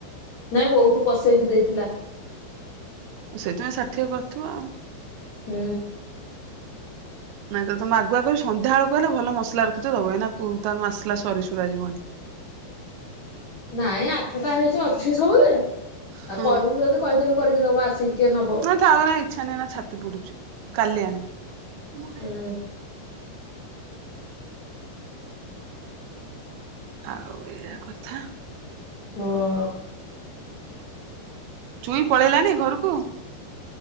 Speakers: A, on the left; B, on the right.
A: ନାଇଁ ବହୁତ ପସେଇକି ଦେଇଥିଲା।
B: ସେଇଥିପାଇଁ ଷାଠିଏ କରିଥିବ ଆଉ।
A: ହୁଁ।
B: ନାଇଁ ତମେ ଆଗୁଆ କହି ସନ୍ଧ୍ୟାବେଳକୁ କହଲେ ଭଲ ମସଲା ରଖି ତ ଦବ ଏଇ ନା ତାର ମାସଲା ସରି ସୁରା ଯିବନି।
A: ନାଇଁ ଆଠଟା ହେଇଛି ଅଛି ସବୁରେ ଆଉ
B: ହଁ
A: କହିବୁ ଯଦି କହିଦେବି କରିକି ଦବ ଆସି କିଏ ନେବ।
B: ନା ଥାଉ ଏନା ଇଚ୍ଛା ନାହିଁ ଛାତି ପଡୁଛି କାଲି ଆଣେବା।
A: ହୁଁ
B: ଆଉ ଏଇଟା କଥା।
A: ହଁ।
B: ଚୁଇଁ ପଳେଇଲାନି ଘରକୁ?